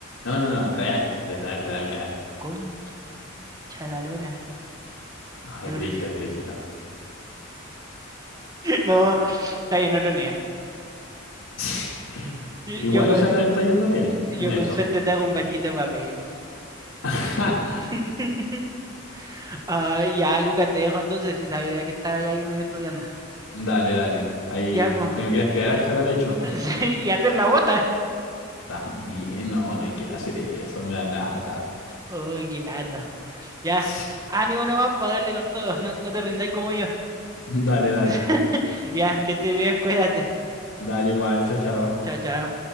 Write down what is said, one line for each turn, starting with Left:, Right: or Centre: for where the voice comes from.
Left: No, no, no, real, de real, real, real.
Right: Concha la lora.
Left: No, es
Right: <laughs>
Left: brígido, es brígido.
Right: No, está bien, otro nivel.
Left: <laughs>
Right: Yo,
Left: Igual,
Right: yo con
Left: o sea, nos está yendo bien
Right: yo
Left: en eso.
Right: con suerte te hago un barquito de papel. po.
Left: <laughs>
Right: <laughs> Ah, ya, Lucas, te dejo entonces. si Sabía que estaba ahí medio estudiando.
Left: Dale, dale. Ahí
Right: Ya, pues.
Left: tengo que ir a estudiar álgebra, de hecho.
Right: <laughs> y hacer la bota.
Left: También, no, no hay que hacer eso, me da nada.
Right: Uy, qué lata. Ya,
Left: <laughs>
Right: ánimo nomás para darle con todo. No, no te rindáis como yo.
Left: Dale, dale.
Right: <laughs> Ya, que estés bien, cuídate.
Left: Dale igual, chao, chao.
Right: Chao, chao.